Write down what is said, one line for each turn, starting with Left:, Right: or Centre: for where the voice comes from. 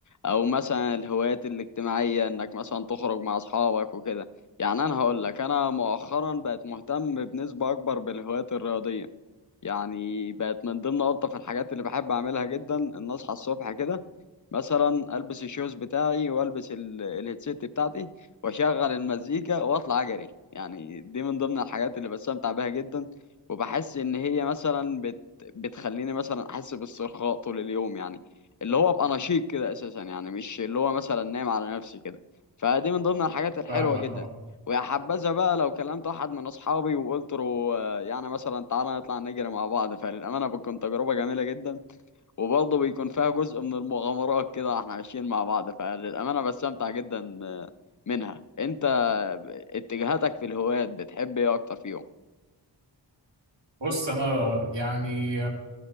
Left: أو مثلا الهوايات الاجتماعية إنك مثلا تخرج مع أصحابك وكده يعني أنا هقول لك أنا مؤخرا بقت مهتم بنسبة أكبر بالهوايات الرياضية يعني بقت من ضمن ألطف الحاجات اللي بحب أعملها جدا إن أصحى الصبح كده مثلا ألبس الشوز بتاعي وألبس ال- الهيدسيت بتاعتي وأشغل المزيكا وأطلع أجري يعني دي من ضمن الحاجات اللي بستمتع بيها جدا وبحس إن هي مثلا بت بتخليني مثلا أحس باسترخاء طول اليوم يعني اللي هو أبقى نشيط كده أساسا يعني مش اللي هو مثلا نايم على نفسي كده فدي من ضمن الحاجات الحلوة
Right: فاهمك
Left: جدا
Right: اه
Left: ويا حبذا بقى لو كلمت واحد من اصحابي وقلت له آه، يعني مثلا تعالى نطلع نجري مع بعض فللامانه بتكون تجربه جميله جدا وبرضه بيكون فيها جزء من المغامرات كده احنا ماشيين مع بعض فللامانه بستمتع جدا منها انت اتجاهاتك في الهوايات بتحب ايه اكتر فيهم
Right: بص انا يعني